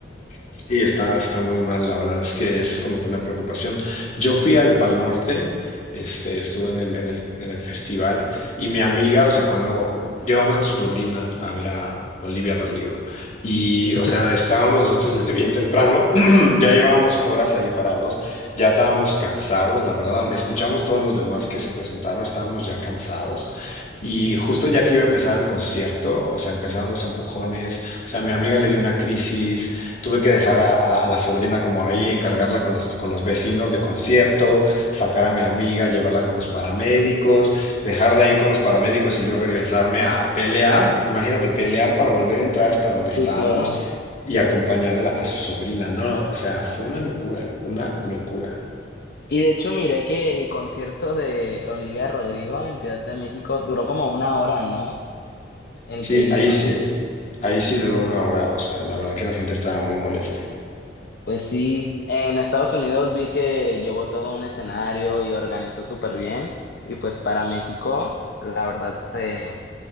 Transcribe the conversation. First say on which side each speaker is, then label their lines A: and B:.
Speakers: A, on the left; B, on the left.
A: Sí, está, está muy mal, la verdad es que eso es como que una preocupación. Yo fui al Pal Norte, este, estuve en el, en el, en el festival y mi amiga, o sea, cuando llevamos a su sobrina a ver a Olivia Rodrigo y,
B: <laughs>
A: o sea, estábamos nosotros desde bien temprano, <clears throat> ya llevábamos horas ahí parados, ya estábamos cansados, la verdad, aunque escuchamos todos los demás que se presentaron, estábamos ya cansados. Y justo ya que iba a empezar el concierto, o sea, empezaron los empujones, o sea, mi amiga le dio una crisis, Tuve que dejar a, a la, a la sobrina como ahí, encargarla con los, con los vecinos de concierto, sacar a mi amiga, llevarla con los paramédicos, dejarla ahí con los paramédicos y yo regresarme a pelear. Imagínate, pelear para volver a entrar hasta donde
B: Sí,
A: estábamos
B: claro.
A: y acompañar a, la- a su sobrina. No, o sea, fue una locura, una locura.
B: Y de hecho miré que el concierto de Olivia Rodrigo en Ciudad de México duró como una hora, ¿no? El
A: Sí,
B: que hizo.
A: ahí sí, ahí sí duró una hora. O sea, la verdad que la gente estaba muy molesta.
B: Pues sí, en Estados Unidos vi que llevó todo un escenario y organizó súper bien. Y pues para México, la verdad se,